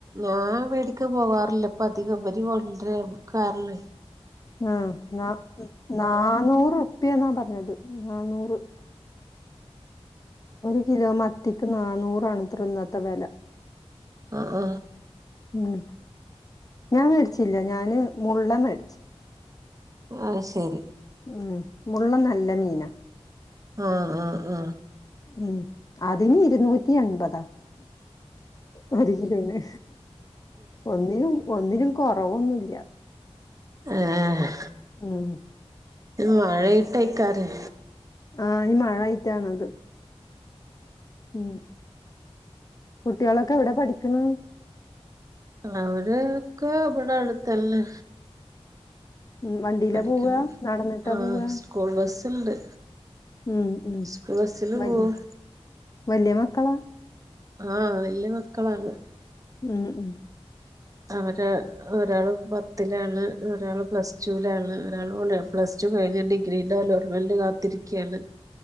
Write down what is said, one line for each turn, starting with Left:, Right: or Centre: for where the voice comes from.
Right: ഞാൻ വേടിക്ക പോവാറില്ല ഇപ്പ അധികംപര് കൊണ്ട്രാ കാരം
Left: ആ ന്നാ നന്നൂറ്പ്പ്യന്നാ പറഞ്ഞത് നന്നൂറ്. ഒരു കിലോ മത്തിക്ക് നന്നൂറാണ് ത്രേ ഇന്നത്തെ വെല
Right: ആ ഹാ
Left: മം ഞാൻ വെട്ച്ചില്ല ഞാന് മുള്ളൻ വേ ടിച്ചു.
Right: ആ ശെരി.
Left: മം മുള്ളൻ നല്ല മീനാ.
Right: ആ ഹാ ആ
Left: മം അതിന് ഇരുന്നൂറ്റി എൺപതാ ഒര് കിലോന്. ഒന്നിനും ഒന്നിനും കൊറവൊന്നില്ല്യ.
Right: ഏ ഹെ
Left: ഉം
Right: മഴയിട്ടയ്ക്കാരിം.
Left: ആ ഈ മഴായിട്ടാണിത്. മം കുട്ടികളൊക്കെ എവിടെ പഠിക്ക്ണ്.
Right: അവരൊക്കെ ഇവടെ അടുത്തന്നെ.
Left: ഉം വണ്ടിയിലാ
Right: പഠിക്ണത്
Left: പോവ നടന്നിട്ടാ
Right: ആ
Left: പോവ
Right: സ്കൂൾ ബസ്സുണ്ട്.
Left: ഉം ഉം
Right: സ്കൂൾ ബസ്സില്
Left: വല്യ
Right: പോവും
Left: വല്ല്യാ മക്കളാ?
Right: ആ വല്ല്യാ മക്കളാണ്.
Left: മം മം
Right: അവര് ഒരാള് പത്തിലാണ് ഒരാള് പ്ലസ് ടൂ ലാണ് ഒരാൾ <unintelligible> പ്ലസ് ചു കഴിഞ് ഡിഗ്രീന്റെ അലോട്മെന്റിന് കാത്തിരിക്ക്യാണ്.